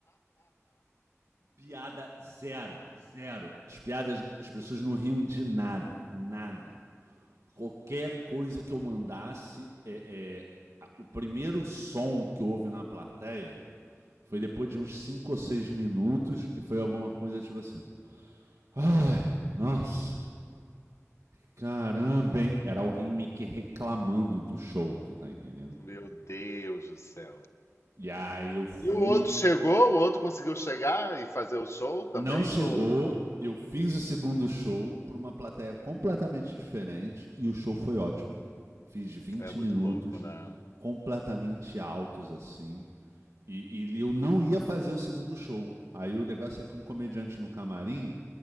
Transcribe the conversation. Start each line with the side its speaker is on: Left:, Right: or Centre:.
Right: <laughs> Piada zero, zero. As piadas, as pessoas não riam de nada, nada. Qualquer coisa que eu mandasse, é, é, o primeiro som que houve na plateia foi depois de uns cinco ou seis minutos e foi alguma coisa tipo assim. Ai, nossa. Caramba, hein? Era alguém meio que reclamando do show, tu tá entendendo?
Left: Meu Deus do céu.
Right: E aí eu fui,
Left: E o outro chegou? O outro conseguiu chegar e fazer o show também?
Right: não chegou,
Left: Ou
Right: eu fiz o segundo show pra uma plateia completamente diferente e o show foi ótimo. Fiz vinte
Left: é muito
Right: minutos
Left: louco, né?
Right: completamente altos assim. E, e eu não ia fazer o segundo show. Aí o negócio é que um comediante no camarim